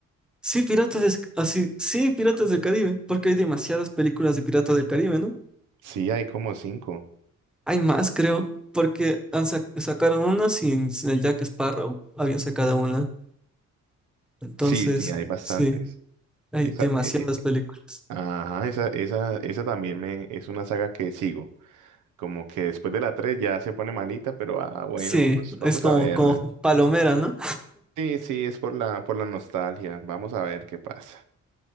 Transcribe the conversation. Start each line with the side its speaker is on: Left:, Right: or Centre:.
Centre: sí, Piratas de... así, sí, Piratas del Caribe, porque hay demasiadas películas de Piratas del Caribe, ¿no?
Right: Sí, hay como cinco.
Centre: Hay más, creo, porque han sac- sacaron una sin, sin el Jack Sparrow, habían sacado una. Entonces,
Right: Sí, sí, hay bastantes.
Centre: sí, hay
Right: Esa,
Centre: demasiadas
Right: eh, eh,
Centre: películas.
Right: ajá, esa, esa, esa también me, es una saga que sigo. Como que después de la tres ya se pone malita, pero ah, bueno,
Centre: Sí,
Right: pues vamos
Centre: es como,
Right: a verla.
Centre: como palomera, ¿no?
Right: Sí, sí, es por la, por la nostalgia. Vamos a ver qué pasa.